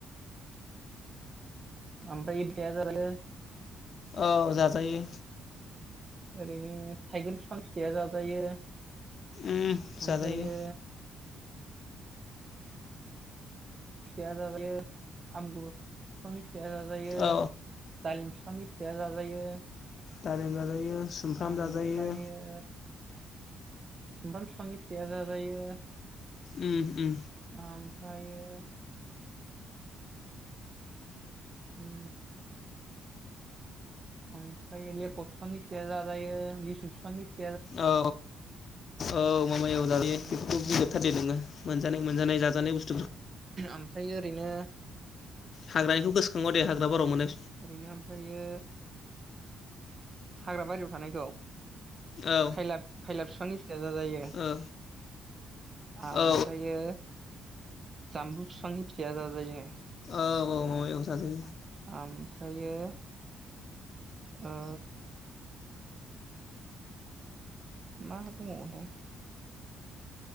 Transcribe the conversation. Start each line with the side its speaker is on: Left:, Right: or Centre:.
Right: आमफाय <unintelligible>
Left: औ जाजायो।
Right: ओरैनो थाइगिर फिफां फिथाया जाजायो। ओमफ्रायो
Left: उम जाजायो
Right: फिथाया जाजायो आमगुरु फिफांनि फिथाया जाजायो
Left: औ
Right: दालिम फिफांनि फिथाया जाजायो।
Left: दालिम जाजायो सुमफ्राम
Right: ओमफ्रायो
Left: जाजायो
Right: सुमफ्राम फिफांनि फिथाया जाजायो
Left: हउम
Right: आमफायो उम आमफ्रायो लेख‌ फिफांनि‌ फिथाया जाजायो लिसु फिफांनि फि
Left: औ औ माबायाव जायोयो
Right: ओमफ्रायो
Left: बेफोरखौ बुंजोब थारदे नोङो मोनजानाय मोनजानाय जाजानाय बुस्थु
Right: ओमफ्राय ओरैनो
Left: हाग्रानिखौ गोसोखाङा दे हाग्रा बारियाव मोनायखौ
Right: ओरैनो ओमफ्रायो हाग्रा बारियाव थानायखौ
Left: औ
Right: खायलाब बिफानि फिथा जाजायो
Left: औ
Right: ओमफ्रायो
Left: औ
Right: जाम्बु बिफां फिथाया जाजायो
Left: औ औ एउ जयायो
Right: ओमफ्रायो ओ मा दंबावोथाय